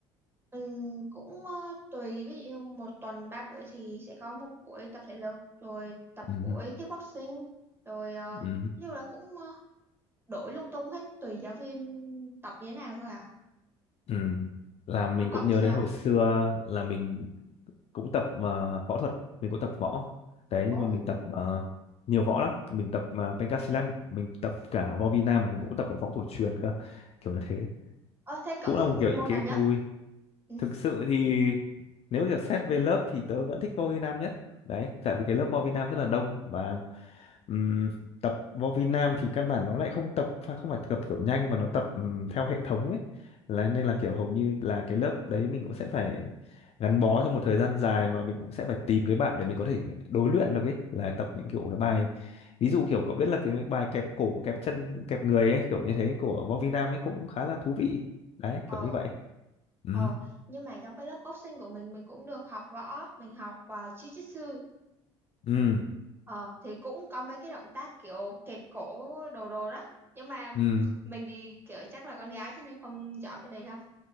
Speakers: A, on the right; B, on the left.
A: Ừm, cũng ờ, tùy ví dụ như một tuần ba buổi thì sẽ có một buổi tập thể lực rồi tập
B: Ừm,
A: buổi kickboxing rồi ờ,
B: ừm
A: nói chung là cũng ờ, đổi lung tung hết tùy giáo viên tập như thế nào thôi à
B: Ừ. Là mình
A: còn cậu
B: cũng nhớ
A: sao
B: đến hồi xưa là mình cũng tập ờ, võ thuật, mình cũng tập võ. Đấy
A: ồ
B: nhưng mà mình tập ờ, nhiều võ lắm, mình tập uh, Pencak mình tập cả võ Việt Nam và mình cũng tập cả võ cổ truyền cơ. Kiểu như thế.
A: ơ thế cậu
B: Cũng là
A: thích
B: một
A: môn
B: kiểu ký
A: nào
B: ức
A: nhất
B: vui.
A: Ừ.
B: Thực sự thì nếu kiểu xét về lớp thì tớ vẫn thích võ Việt Nam nhất. Đấy, tại vì cái lớp võ Việt Nam rất là đông và Ừm, tập vô vi Nam thì căn bản nó lại không tập phải- không phải tập kiểu nhanh mà nó tập ừm, theo hệ thống ấy là nên là kiểu hầu như là cái lớp đấy mình cũng sẽ phải gắn bó trong một thời gian dài và mình cũng sẽ phải tìm cái bạn để mình có thể đối luyện được ấy là tập những kiểu cái bài ví dụ kiểu cậu biết là cái bài kẹp cổ kẹp chân kẹp người ấy kiểu như thế của Võ Vi Nam ấy cũng khá là thú vị đấy
A: ờ
B: kiểu như vậy ừ
A: ờ nhưng mà trong cái lớp boxing của mình mình cũng được học võ mình học uh, jiu-jitsu
B: ừ
A: ờ thì cũng có mấy cái động tác kiểu kẹp cổ đồ đồ đó nhưng mà
B: ừ
A: mình thì kiểu chắc là con gái cho nên không giỏi cái đấy lắm